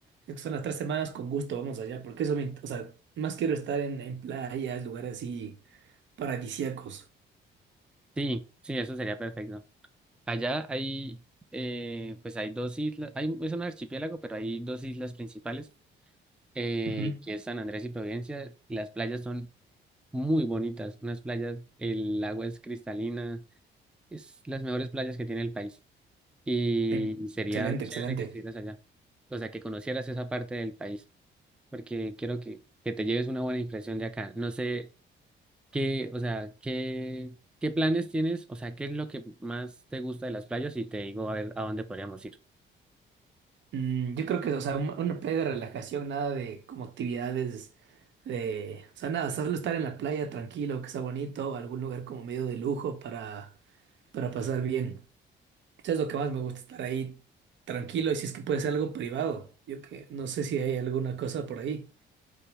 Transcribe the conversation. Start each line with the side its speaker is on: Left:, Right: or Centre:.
Right: Es que Son las tres semanas, con gusto vamos allá, porque eso me... int- O sea, más quiero estar en, en playas, lugares así paradisíacos.
Centre: Sí, sí, eso sería perfecto. Allá hay, eh, pues hay dos islas, hay, es un archipiélago, pero hay dos islas principales, eh,
Right: Ujú.
Centre: que es San Andrés y Providencia. y Las playas son muy bonitas, unas playas, el agua es cristalina, es las mejores playas que tiene el país. Y
Right: Ex-
Centre: sería
Right: Excelente,
Centre: chévere
Right: excelente.
Centre: que estuvieras allá, o sea, que conocieras esa parte del país, porque quiero que, que te lleves una buena impresión de acá. No sé ¿Qué, o sea, qué, qué planes tienes? O sea, ¿qué es lo que más te gusta de las playas? Y te digo a ver a dónde podríamos ir.
Right: Mm, yo creo que, o sea, un- una playa de relajación, nada de como actividades de, o sea, nada, solo estar en la playa tranquilo, que sea bonito, algún lugar como medio de lujo para, para pasar bien. Eso es lo que más me gusta, estar ahí tranquilo y si es que puede ser algo privado. Yo que no sé si hay alguna cosa por ahí.